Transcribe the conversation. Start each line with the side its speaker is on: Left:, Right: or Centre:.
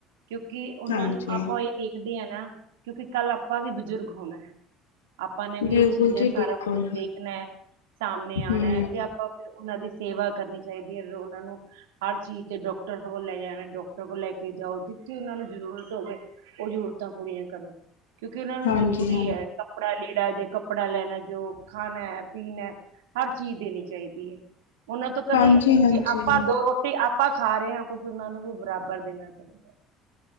Right: ਕਿਉਂਕਿ ਉਹਨਾਂ
Left: ਹਾਂਜੀ
Right: ਨੂੰ ਆਪਾਂ ਇਹ ਦੇੇਖਦੇ ਹਾਂ ਨਾ ਕਿਉਂਕਿ ਕੱਲ੍ਹ ਆਪਾਂ ਵੀ ਬਜ਼ੁਰਗ ਹੋਣਾ ਹੈ। ਆਪਾਂ ਨੇ ਵੀ
Left: ਬਿਲਕੁਲ
Right: ਇਹ ਚੀਜ਼ ਇਹ
Left: ਜੀ ਬਿਲਕੁਲ
Right: ਸਾਰਾ ਕੁਛ ਦੇਖਣਾ ਹੈ। ਸਾਹਮਣੇ
Left: ਹੂੰ
Right: ਆਉਣਾ ਹੈ ਤੇ ਆਪਾਂ ਫਿਰ ਉਹਨਾਂ ਦੀ। ਸੇਵਾ ਕਰਨੀ ਚਾਹੀਦੀ ਹੈ ਉਹਨਾਂ ਨੂੰ ਹਰ ਚੀਜ਼ ਤੇ ਡਾਕਟਰ ਕੋਲ ਲੈ ਜਾਣਾ ਡਾਕਟਰ ਕੋਲ ਲੈ ਕੇ ਜਾਓ । ਤੇ ਉਹਨਾਂ ਨੂੰ ਜ਼ਰੂਰਤ ਹੋਵੇ ਉਹ ਜ਼ਰੂਰਤਾਂ ਪੂਰੀਆਂ। ਕਰੋ ਕਿਉਂਕਿ ਉਹਨਾਂ ਨੂੰ
Left: ਹਾਂਜੀ
Right: ਜਰੂਰੀ
Left: ਹਾਂ
Right: ਹੈ ਕੱਪੜਾ ਲੀੜਾ। ਲੀੜਾ ਜੇ ਕੱਪੜਾ ਲੈਣਾ ਜੋ ਖਾਣਾ ਪੀਣਾ ਹਰ ਚੀਜ਼ ਦੇਣੀ ਚਾਹੀਦੀ ਹੈ। ਉਹਨਾਂ ਤੋਂ ਕਦੀ
Left: ਹਾਂਜੀ ਹਾਂਜੀ
Right: ਜੇ ਆਪਾਂ ਦੋ ਰੋਟੀ । ਆਪਾਂ ਖਾ ਰਹੇ ਹਾਂ ਕੁਛ ਉਹਨਾਂ ਨੂੰ ਵੀ ਬਰਾਬਰ ਦੇਣਾ ਚਾਹੀਦਾ ਹੈ।